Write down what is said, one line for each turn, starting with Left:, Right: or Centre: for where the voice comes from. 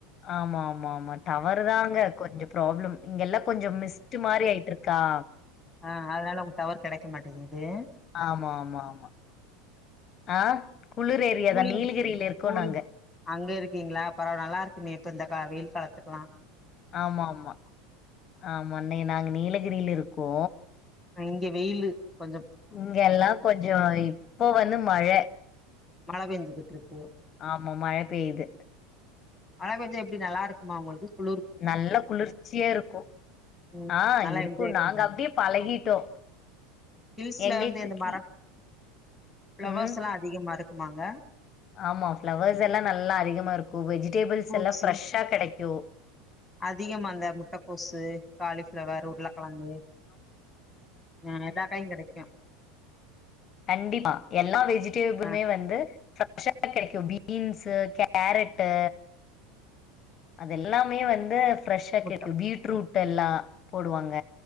Left: ஆமா ஆமா ஆமா டவரு தாங்க கொஞ்சொ ப்ராப்ளம் இங்க எல்லா கொஞ்சொ மிஸ்ட்டு மாரி ஆயித்துட்ருக்கா
Centre: அ அதுனால உங்க டவர் கெடைக்க மாட்டேங்கிது
Left: ஆமா ஆமா ஆமா ஆ குளுர் ஏரியாதா
Centre: கூலிங்
Left: நீலகிரில இருக்கோ
Centre: கூல்
Left: நாங்க
Centre: அங்க இருக்கீங்ளா பரவால நல்லா இருக்குமே இப்போ இந்த கா வெயில் காலத்துக்குலா
Left: ஆமா ஆமா ஆமா இன்னகி நாங்க நீலகிரில இருக்கோ
Centre: இங்க வெயிலு கொஞ்சொ
Left: இங்க எல்லா கொஞ்சொ இப்போ வந்து மழ
Centre: மழ பெஞ்சுகிட்டு இருக்கு
Left: ஆமா மழ பேயுது
Centre: மழ கொஞ்சொ எப்டி நல்லா இருக்குமா ஒங்களுக்கு குளு
Left: நல்ல குளுர்ச்சியா இருக்கு
Centre: ம்
Left: ஆ
Centre: நல்லா
Left: இருக்கு
Centre: என்ஜாய்
Left: நாங்க
Centre: பண்றாங்க
Left: அப்டியே பழகிட்டோ
Centre: ஹில்ஸ்ல
Left: எங்களுக்கு
Centre: வந்து இந்த
Left: கி
Centre: மரொ பிளவர்ஸ்ல்லா
Left: ம்
Centre: அதிகமா இருக்குமாங்க
Left: ஆமா ஃப்ளவர்ஸ் எல்லா நல்லா அதிகமா இருக்கு வெஜிடேபிள்ஸ்
Centre: ஃப்ரூட்ஸு
Left: எல்லா ஃப்ரெஷ்ஷா கெடைக்கு
Centre: அதிகமா அந்த முட்டக்கோசு காலிஃப்ளவர் உருள கெழங்கு ம் எல்லா காயு கெடைக்கு
Left: கண்டிப்பா எல்லா வெஜிடேப்ளுமே
Centre: ஆ
Left: வந்து ஃப்ரெஷ்ஷா கெடைக்கு பீன்ஸ்ஸு கேரட்டு அது எல்லாமே வந்து ஃப்ரெஷ்ஷா
Centre: முட்ட
Left: கெக்கு பீட்ரூட் எல்லா போடுவாங்க